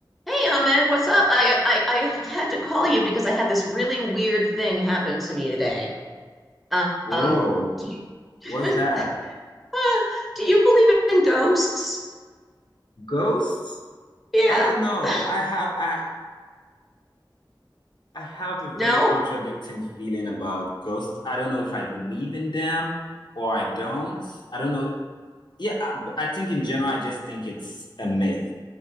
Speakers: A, in the centre; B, on the left.
A: Hey, Ahmed, what's up? I, I I had to call you because I had this really weird thing happen to me today. Um,
B: Whoa,
A: do you,
B: what's
A: <laughs>
B: that?
A: Uh, do you believe in ghosts?
B: Ghosts?
A: Yeah.
B: I don't know.
A: <sighs>
B: I have I I have a very
A: No,
B: contradicting feeling about ghosts. I don't know if I believe in them or I don't. I don't know. Yeah, I, but I think in general I just think it's a myth.